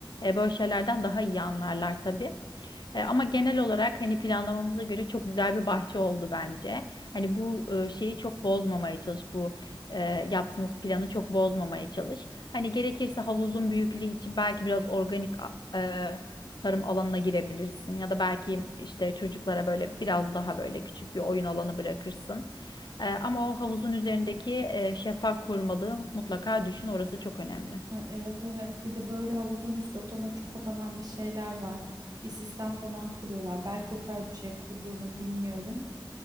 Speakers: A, on the left (about 60°); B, on the right (about 50°).
A: e, böyle şeylerden daha iyi anlarlar tabii. E, ama genel olarak hani planlamamıza göre çok güzel bir bahçe oldu bence. Hani bu e, şeyi çok bozmamaya çalış bu e, yaptığımız planı çok bozmamaya çalış. Hani gerekirse havuzun büyüklüğü için belki biraz organik a- e, tarım alanına girebilirsin ya da belki işte çocuklara böyle biraz daha böyle küçük bir oyun alanı bırakırsın. E, ama o havuzun üzerindeki e, şeffaf korumalığı mutlaka düşün, orası çok önemli.
B: Ay, evet evet bir de böyle havuzun üstü otomatik kapanan bir şeyler var. Bir sistem falan kuruyorlar. Belki o tarz bir şey kurdururum bilmiyorum.